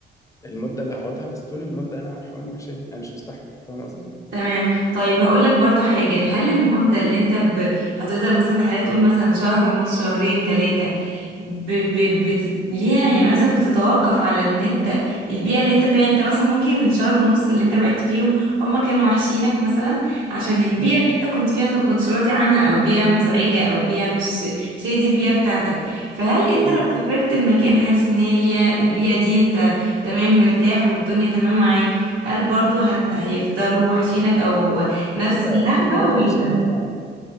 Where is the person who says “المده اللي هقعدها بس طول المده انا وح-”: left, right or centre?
Left